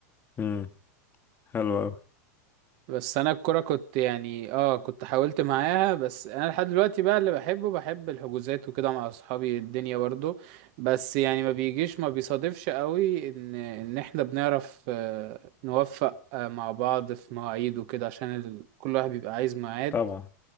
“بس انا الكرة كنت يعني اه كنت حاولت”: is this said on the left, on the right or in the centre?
Right